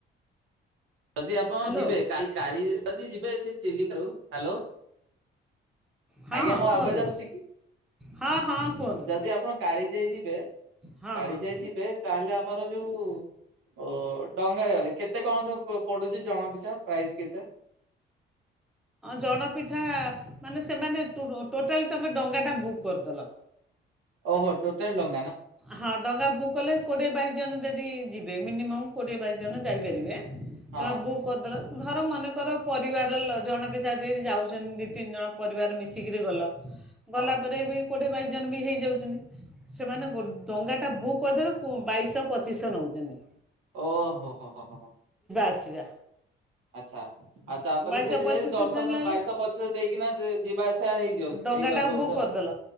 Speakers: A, on the right; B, in the centre.
A: ଯଦି ଆପଣ
B: ହ୍ୟାଲୋ
A: ଯିବେ ଯଦି ଯିବେ ଚିଲିକା ରୁ ହ୍ୟାଲୋ
B: ହଁ
A: ଆଜ୍ଞା
B: ହଁ
A: ମୋ ଆବାଜ
B: କୁହନ୍ତୁ
A: ଆସୁଛି କି
B: ହଁ ହଁ କୁହନ୍ତୁ
A: ଯଦି ଆପଣ କାଳି ଯାଇ ଯିବେ
B: ହଁ
A: କାଳି
B: ହଁ
A: ଯାଇ ଯିବେ ତାହେଲେ ତମର ଯୋଉ ଅ ଡଙ୍ଗାରେ ଗଲେ କେତେ କଣ ସବୁ? ପଡୁଛି ଜଣା ପିଛା ପ୍ରାଇଜ କେତେ?
B: ଜଣ ପିଛା ମାନେ ସେମାନେ ଟୋଟାଲି ତମେ ଡଙ୍ଗାଟା ବୁକ୍ କରିଦେଲ।
A: ଓହୋ ଟୋଟାଲଟା
B: ହଁ ଡଙ୍ଗା ବୁକ୍ କଲେ କୋଡିଏ ଟା ଜଣ ଯଦି ଯିବେ। ଏ ମିନିମମ୍ କୋଡିଏ ବାଇଶ ଜଣ ଯାଇପାରିବେ।
A: ହଁ
B: ତ ବୁକ୍ କରି ଦିଅ। ଧର ମନେକର ପରିବାର ଲ ଜଣେ ପିଛା ଯଦି ଯାଉଛନ୍ତି ଦୁଇ ତିନି ଜଣ ପରିବାର ମିଶିକରି ଗଲ। ଗଲା
A: ହଁ
B: ପରେ ବି କୋଉଠେ ବାଇ ଜଣ ବି ହେଇଯାଉଛନ୍ତି। ସେମାନେ ଗଲୁ ଡଙ୍ଗାଟା ବୁକ୍ କରିଦେବେ ବାଇଶହ ପଚିଶହ ନଉଛନ୍ତି।
A: ଓ ହୋ ହୋ ହଁ ହଁ।
B: ଆସିବା
A: ଆଛା ଆଉ ତାପରେ
B: ବାଇଶହ
A: ସେଇଠି
B: ପଚିଶହ
A: ଯାଇ ଦଶ
B: ନେଲେ
A: ବାଇଶହ ପଚିଶ ଦେଇକିନା ଯିବା ଆସିବା ହେଇ
B: ଡଙ୍ଗାଟା
A: ହେଇଯାଉଥିବ
B: ବୁକ୍
A: ବୋଧେ
B: କରିଦେଲ
A: ଆଉ